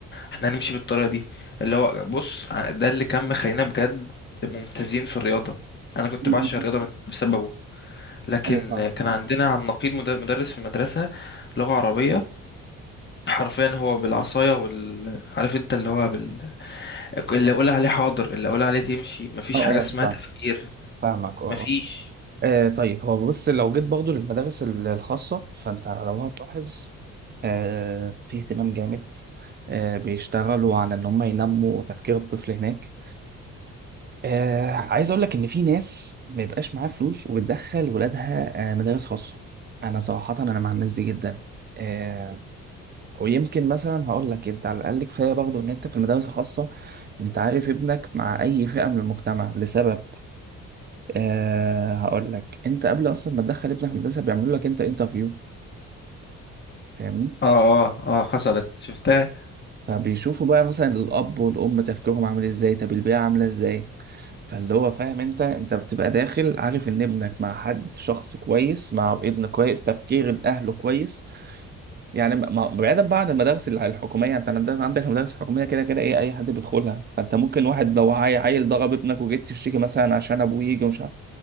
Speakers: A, on the left; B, on the right.
A: احنا هنمشي بالطريقه دي اللي هو بص ده اللي كان مخلينا بجد ممتازين في الرياضه انا كنت
B: م-
A: بعشق
B: م-
A: الرياضه
B: م.
A: من- بسببه لكن
B: ايوه فاهم
A: كان مم. عندنا على النقيض مد- مدرس في المدرسه لغه عربيه حرفيا هو بالعصايه وال عارف انت اللي هو بال... اللي اقول عليه حاضر اللي اقول عليه تمشي مفيش
B: اه اه
A: حاجه اسمها
B: فاهم
A: تفكير
B: فاهمك اه
A: مفيش
B: آه طيب هو بص لو جيت برضه للمدارس ال- الخاصة فأنت لو هتلاحظ آه في اهتمام جامد آه بيشتغلوا على إن هم ينموا تفكير الطفل هناك آه عايز أقول لك إن في ناس ما يبقاش معاها فلوس وبتدخل ولادها آه مدارس خاصة أنا صراحة أنا مع الناس دي جدا آه ويمكن مثلا هقول لك أنت على الأقل كفاية برضه إن أنت في المدارس الخاصة أنت عارف ابنك مع أي فئة من المجتمع لسبب أه هقول لك انت قبل اصلا ما تدخل ابنك مدرسه بيعملوا لك انت انترفيو فاهمني
A: اه اه اه حصلت شفتها
B: فبيشوفوا بقى مثلا الاب والام تفكيرهم عامل ازاي طب البيئه عامله ازاي فاللي هو فاهم انت انت بتبقى داخل عارف ان ابنك مع حد شخص كويس مع ابن كويس تفكير الاهل كويس يعني ما- ما- بعيدا بقى عن المدارس الع- الحكوميه يعني انت عندك عندك المدارس الحكوميه كده كده ايه اي حد بيدخلها فانت ممكن واحد لو عي- عيل ضرب ابنك وجيت تشتكي مثلا عشان ابوه يجي ومش